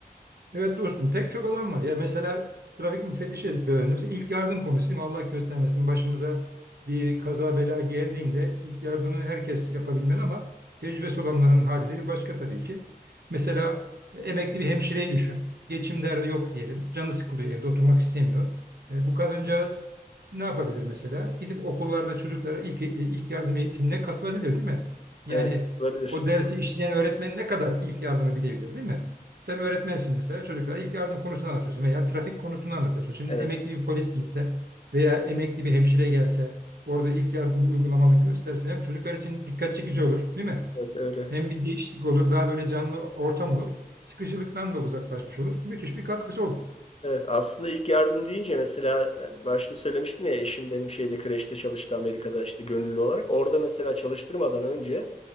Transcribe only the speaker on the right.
Evet dostum pek çok alan var. Ya mesela trafik müfettişi dedik biraz önce. Mesela ilk yardım konusu Allah göstermesin başımıza bir kaza bela geldiğinde ilk yardımı herkes yapabilmeli ama tecrübesi olanların hali de bir başka tabii ki. Mesela emekli bir hemşireyi düşün. Geçim derdi yok diyelim. Canı sıkılıyor evde oturmak istemiyor. E, bu kadıncağız ne yapabilir mesela? Gidip okullarda çocuklara ilk, e, ilk yardım eğitimine katılabilir değil mi? Yani
o dersi işleyen öğretmen ne kadar ilk yardımı bilebilir değil mi? Sen öğretmensin mesela çocuklara ilk yardım konusunu anlatıyorsun veya trafik konusunu anlatıyorsun. Şimdi
emekli bir polis gelse veya emekli bir hemşire gelse orada ilk yardımı uygulamalı gösterse hem çocuklar için dikkat çekici olur değil mi?
Hem bir değişiklik olur daha böyle canlı ortam olur. Sıkıcılıktan da uzaklaşmış olur. Müthiş bir katkısı olur.